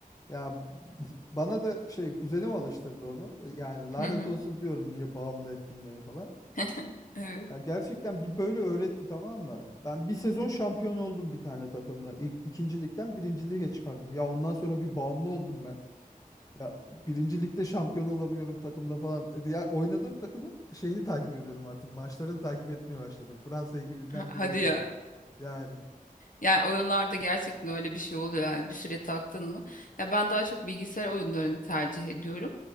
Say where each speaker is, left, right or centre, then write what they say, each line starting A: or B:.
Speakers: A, on the left; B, on the left.
A: Ya Bana da şey kuzenim alıştırdı onu. Yani lanet
B: Hı hı.
A: olsun diyorum niye bağımlı ettin beni falan.
B: <laughs> Evet.
A: Ya gerçekten bir böyle öğretti tamam mı? Ben bir sezon şampiyon oldum bir tane takımla. İlk, ikinci ligden birinci lige çıkardım. Ya ondan sonra bir bağımlı oldum ben. Ya birinci ligde şampiyon olamıyorum takımla falan. E, Diğer oynadığım takımın şeyini takip ediyorum artık. Maçlarını takip etmeye başladım. Fransa ekibinden
B: <laughs> Hadi
A: biriydi.
B: ya.
A: Yani
B: Yani oyunlarda gerçekten öyle bir şey oluyor yani bir süre taktın mı? Ya ben daha çok bilgisayar oyunlarını tercih ediyorum.